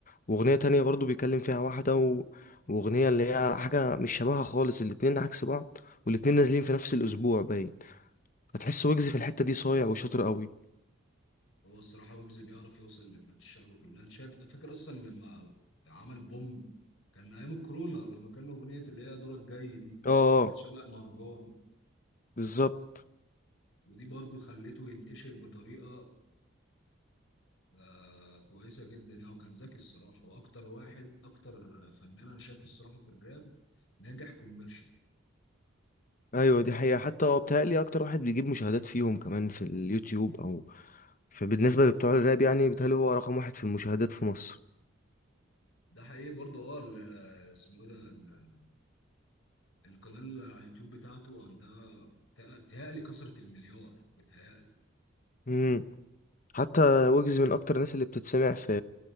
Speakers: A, on the left (about 45°); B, on the left (about 75°).
A: واغنيه تانية برضه بيكلم فيها واحده و... واغنيه اللي هي حاجه مش شبهها خالص الاتنين عكس بعض والاتنين نازلين في نفس الاسبوع باين هتحس ويجز في الحته دي صايع وشاطر قوي
B: هو الصراحة ويجز بيعرف يوصل لفئات الشعب كلها انت شايف فاكر اصلا لما عمل بوم كان ايام الكورونا لما كان اغنية اللي هي دورك جاي دي
A: اه آه،
B: كانت شبه المهرجان
A: بالظبط
B: ودي برضو خلته ينتشر بطريقة آه كويسة جدا يعني وكان ذكي الصراحة واكتر واحد اكتر فنان انا شايف الصراحة في الراب ناجح كوميرشال
A: ايوه دي حقيقة حتى هو بيتهيألي اكتر واحد بيجيب مشاهدات فيهم كمان في اليوتيوب او فبالنسبة لبتوع الراب يعني بيتهيألي هو رقم واحد في المشاهدات في مصر
B: ده حقيقي برضو اه ال- اسمه ايه ده القناة اللي على اليوتيوب بتاعته عندها بتاع- بتهيألي كسرت المليار بتهيألي
A: امم حتى ويجز من اكتر الناس اللي بتتسمع في